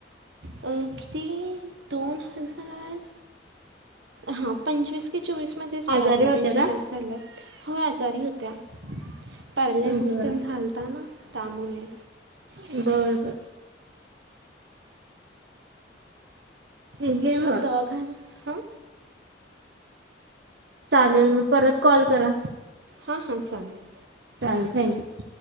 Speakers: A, on the right (about 80°); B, on the right (about 65°).
A: अ किती दोन हजार हा पंचवीस कि चोवीस मध्येचं
B: आजारी
A: वारल्या
B: होत्या
A: त्यांची
B: का?
A: डेथ झाल्या हो आजारी होत्या. पडले
B: बर
A: सिस्टम झालता ना त्यामुळे
B: बरं बरं. ठीक
A: तिथेच
B: आहे मग.
A: दवाखाना हा.
B: चालेल मग परत कॉल करा.
A: हा हा चालेल.
B: चालेल थँक्यू.